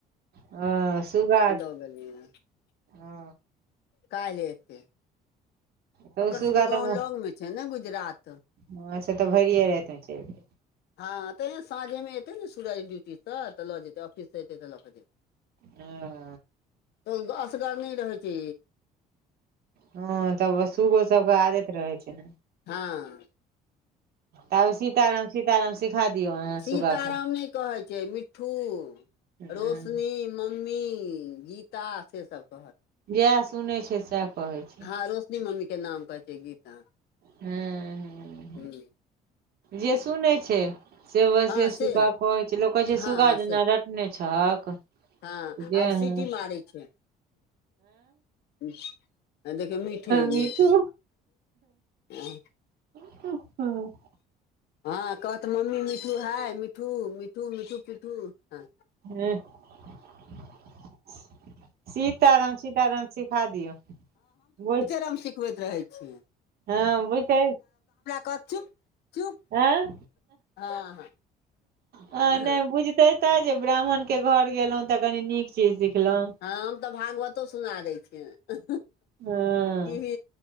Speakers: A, on the right; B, on the left.
A: हँ सुगा
B: <unintelligible>
A: ओ
B: कैल्ह एतै
A: तऽ
B: ओकर
A: ओ सुगा
B: सबके गाँव
A: तऽ
B: लग मे छै ने गुजरात।
A: हँ से तऽ भैरिए राइत में चैल जेतेै।
B: हँ तऽ साँझेमे एतै ने सूरज ड्यूटीसँ तऽ लऽ जेतै ऑफिस सँ एतै तऽ लऽ कऽ जेतै।
A: हांए।
B: तऽ असगर नै रहै छै।
A: हँ तब उहो सुगो सबके आदत रहै छै ने।
B: हँ।
A: ताबे सीताराम सीताराम सिखा दियौ अहाँ
B: सीताराम
A: सुगा के।
B: नहि कहै छै मिठ्ठू।
A: हँ
B: रोशनी, मम्मी, गीता सेसभ कहत।
A: जेह सुनै छै सेह कहैत छै।
B: हँ रोशनी मम्मी के नाम कहै छै गीता।
A: हुं हुं।
B: हँअ।
A: जे सुनै छै। से वैसे
B: हँ
A: सुगा
B: से
A: कहै छै लोक कहै छै
B: हँ
A: सुगा
B: हँ
A: जेना
B: से
A: रटने छहक।
B: हँ
A: जे
B: आब
A: आँ
B: सिटी मारै छै मिठ्ठू। देखियौ मिठ्ठू
A: मिठू
B: मिठ्ठू हँ।
A: <inaudible>
B: हँ कहत मम्मी मि्ठू हाय मिठ्ठू मिठू मिठू पि्ठू ह।
A: हेह। सीताराम सीताराम सिखा दियौ भो
B: तम सिखबैत रहै छीये।
A: हँ बुझते
B: कहत चुप चुप
A: आँ।
B: हँ हँ हँ
A: आ
B: हँ
A: नहि बुझते तऽ जे ब्राह्मण के घर गेलहुँं तऽ कनी नीक चीज सिखलहुँ।
B: ह हम तऽ भागवतो सुना देय छियाइन
A: हँ
B: टी वी